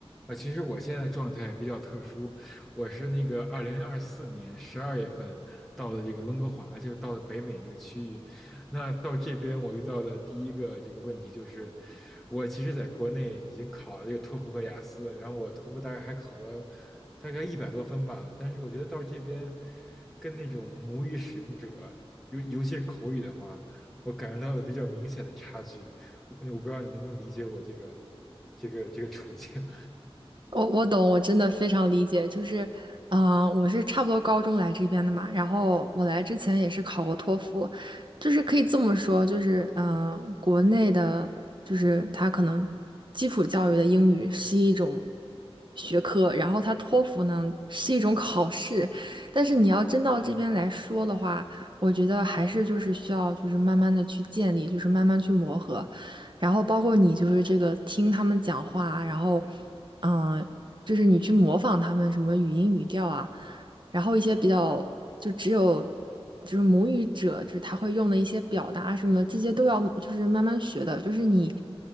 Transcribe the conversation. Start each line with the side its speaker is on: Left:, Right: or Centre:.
Centre: 啊，其实我现在状态比较特殊，我是那个二零二四年十二月份到的这个温哥华，就到了北美这个区域。那到这边我遇到的第一个这个问题就是，我其实在国内已经考了这个托福和雅思，然后我托福大概还考了大概一百多分吧，但是我觉得到这边跟那种母语使用者，尤尤其是口语的话，我感觉到了比较明显的差距。我我不知道你能不能理解我这个这个这个处境。
Right: 我我懂，我真的非常理解。就是，嗯、我是差不多高中来这边的嘛，然后我来之前也是考过托福，就是可以这么说，就是，嗯、国内的，就是它可能基础教育的英语是一种学科，然后它托福呢是一种考试，但是你要真到这边来说的话，
Centre: 嗯
Right: 我觉得还是就是需要就是慢慢的去建立，就是慢慢去磨合。然后包括你就是这个听他们讲话啊然后嗯、呃就是你去模仿他们什么语音语调啊，然后一些比较就只有就是母语者，就是他会用的一些表达什么，这些都要就是慢慢学的。就是你，